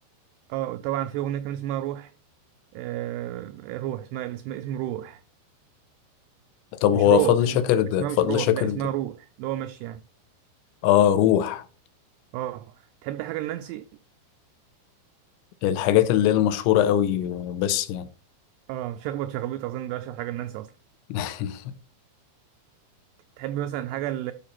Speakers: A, on the right; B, on the left.
A: أه طبعا في أغنية كمان اسمها روح آه، روح اسمها اسم اسم روح
B: طب هو
A: مش روح
B: فضل شاكر
A: <laughs>
B: ده
A: اسمها
B: فضل
A: مش روح
B: شاكر
A: لا اسمها
B: ده
A: روح اللي هو مشي يعني
B: اه روح
A: اه تحب حاجه لنانسي
B: الحاجات اللي هي المشهورة قوي بس يعني
A: اه شخبط شخبيط اظن ده اشهر حاجه لنانسي اصلا
B: <laughs>
A: تحب مثلا حاجه ل-